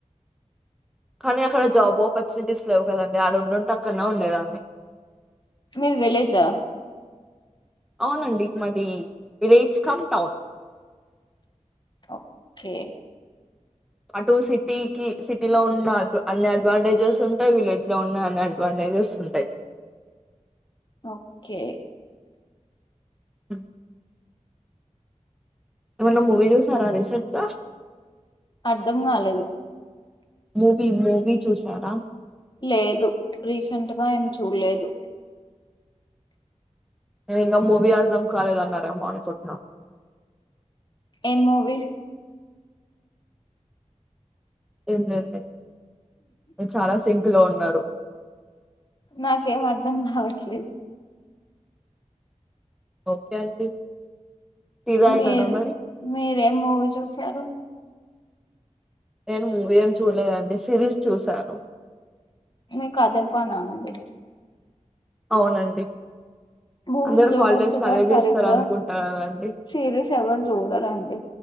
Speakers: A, in the centre; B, on the left (about 35°).
A: కానీ అక్కడ జాబ్ ఆపర్చునిటీస్ లేవు కదండి ఆడ ఉండుంటే అక్కడా ఉండేదాన్ని
B: మీరు వెలేజా
A: అనండి మది విలేజ్ కమ్ టౌన్
B: ఓకే
A: అటు సిటీకి సిటీలో ఉన్న అన్ని అడ్వాంటేజెస్ ఉంటాయి విలేజ్ లో ఉన్న అన్ని అడ్వాంటేజెస్ ఉంటాయి
B: ఓకే
A: ఉమ్ మల మూవీలో సారా రసట్త
B: అర్ధం కాలేదు
A: మూవీ మూవీ చూసారా
B: లేదు రీసెంట్గా ఏం చూడలేదు
A: నేను ఇంకా మూవీ ఆడదాం కాలేదన్నార మానికోట్న
B: ఏ మూవీస్
A: ఎ లేయి చాలా శంకు లో ఉన్నారు
B: నాక ఏం అర్థం నా వట్లే
A: ఓకే అండి టీ తాగినారా
B: మీరు
A: మరి
B: మీరేం మూవీ చూసారు
A: నేను మూవీ ఏం చూలేదండి సిరీస్ చూశాను
B: మీకు అదే పనా అండి
A: అవునండి
B: మూవీస్
A: అందరు
B: చూడొచ్చుగా
A: హాలిడేస్ లో అదే
B: సరిగ్గా
A: చేస్తారు అనుకుంటా కదండి
B: సిరీస్ ఎవరు చూడరండి